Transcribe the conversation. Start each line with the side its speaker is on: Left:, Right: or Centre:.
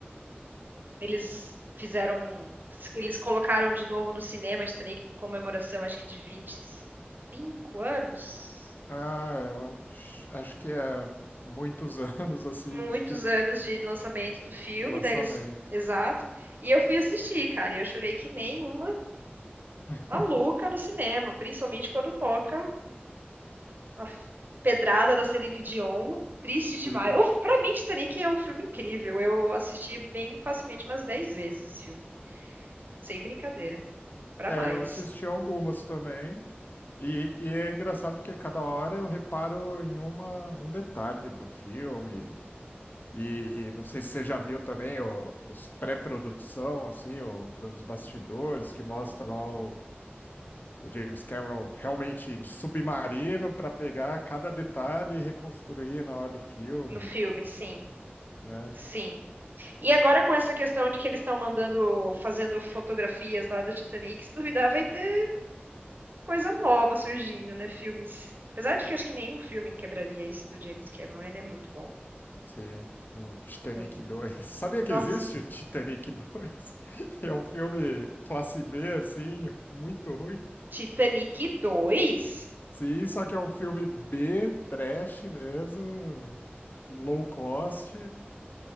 Right: eles fizeram, eles colocaram de novo no cinema Titanic, comemoração, acho que de vinte e cinco anos
Left: Ah, eu ach- acho que é muitos <laughs> anos assim
Right: muitos
Left: de que
Right: anos de lançamento do filme,
Left: de lançamento.
Right: daí eles. Exato. E eu fui assistir, cara, e eu chorei que nem uma
Left: <laughs>
Right: maluca no cinema, principalmente quando toca a f- pedrada da Celine Dion. Triste demais.
Left: Sim.
Right: Eu, pra mim, Titanic é um filme incrível. Eu assisti bem facilmente umas 10 vezes esse filme. Sem brincadeira. Pra
Left: É,
Right: mais.
Left: eu assisti algumas também. E, e é engraçado porque cada hora eu reparo em uma, um detalhe do filme. E, e não sei se você já viu também o- os pré-produção, assim, o, pelos bastidores, que mostra lá o, o James Cameron realmente de submarino para pegar cada detalhe e reconstruir na hora do filme,
Right: No filme, sim.
Left: né?
Right: Sim. E agora com essa questão de que eles estão mandando, fazendo fotografias lá do Titanic, se duvidar, vai ter coisa nova surgindo, né? Filmes. Apesar de que acho que nenhum filme quebraria esse do James Cameron, ele é muito bom.
Left: Sim, um Titanic
Right: É-
Left: dois <laughs> Sabia
Right: Nossa.
Left: que existe o Titanic dois <laughs> É um filme classe B, assim, muito ruim.
Right: Titanic 2?
Left: Sim, só que é um filme B, trash mesmo, low cost,